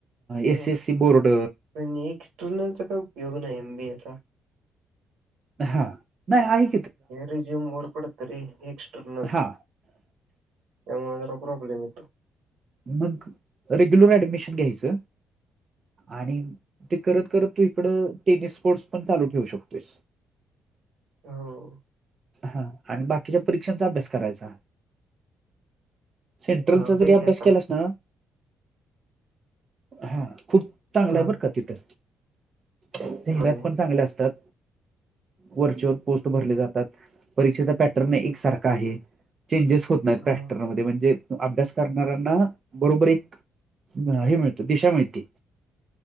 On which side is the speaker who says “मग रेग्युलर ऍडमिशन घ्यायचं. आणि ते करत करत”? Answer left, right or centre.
Right